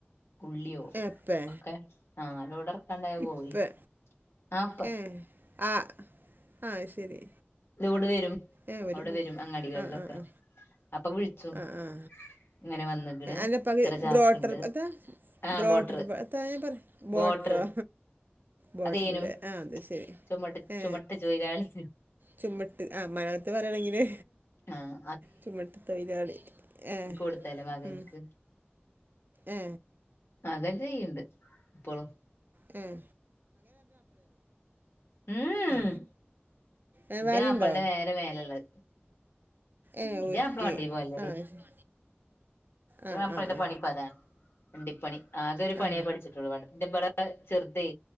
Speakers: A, on the left; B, on the right.
A: ഉള്ളിയോ
B: ഏ ഇപ്പേ
A: ഒക്കെ ആ ലോഡെർ ണ്ടായ
B: ഇപ്പേ
A: പോയി ആപ്പ
B: ഏ ആ ആഹ് ശരി
A: ലോഡ് വരും
B: ഏ ഒരു
A: അവിടെ
B: പൂ
A: വരും അങ്ങാടികളിലൊക്കെ
B: ആ ആ ആ
A: അപ്പൊ വിള്ച്ചും
B: ആ ആ
A: ഇങ്ങനെ വന്ന് ക്ക്ണ്
B: അൻ്റെ ഉപ്പാക്ക്
A: ഇത്ര ചാക്ക്
B: ബ്രോട്ടർ
A: ഇണ്ട്
B: എത്താ
A: ആ
B: ബ്രോട്ടർ
A: ബോട്ടർ
B: എത്താ ഞാൻ പറ ബോട്ടറോ
A: ബോട്ടർ
B: ബോട്ടർല്ലേ
A: അതേനു
B: ആ അത് ശരി
A: ചുമട്ട്
B: ഏ
A: ചുമട്ട് തൊയിലാളി
B: ചുമട്ട് ആ മലയാളത്ത് പറയാണെങ്കില്
A: ആഹ്
B: ചുമട്ട് തൊയിലാളി ഏ
A: ടുത്തല്ലേ മകൻക്ക്
B: ഉം ഏ
A: അതെല്ലയ്യ്ണ്ട് ഇപ്പോളും
B: ഉം
A: ഇം
B: ആ ഏ
A: ഇത്
B: വേറെയുണ്ടോ
A: മാപ്പള്ടെ നേരെ മേലള്ളത്
B: ഏ
A: അന്റെ
B: ഓർക്ക്
A: മാപ്പള വണ്ടീ പോവല്ലടീ
B: ആ ശ-
A: ഇന്റെ
B: ആ
A: മാപ്പളടെ
B: ആ ആ
A: പണിപ്പതാ വണ്ടിപ്പണി ആകെ ഒരു പണിയെ
B: ആ
A: പഠിച്ചിട്ടുള്ളൂ ഇന്റപ്പരാ ചെറുതെ